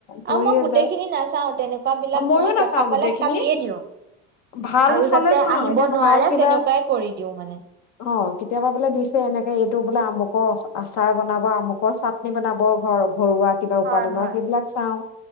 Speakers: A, on the left (about 60°); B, on the right (about 35°).
A: পৰিয়ে
B: আৰু মই গোটেই
A: যায়
B: খিনি নাচাওঁ, তেনেকুৱা বিলাক
A: অ মইয়ো
B: মই
A: নাচাও
B: দেখা পালে
A: গোটেইখিনি
B: কাটিয়ে দিওঁ
A: ভাল
B: আৰু
A: হলে
B: যাতে
A: চাও
B: আহিব
A: এতিয়া
B: নোৱাৰে
A: ভাল কিবা
B: তেনেকুৱাই কৰি দিওঁ মানে।
A: অ কেতিয়াবা বোলে দিছে এনেকে এইটো বোলে আমুকৰ অ-আচাৰ বনাব, আমুকৰ চাটনি বনাব। হ <unintelligible> ঘৰুৱা কিবা
B: হয়
A: উপাদানৰ
B: হয়
A: সেইবিলাক চাওঁ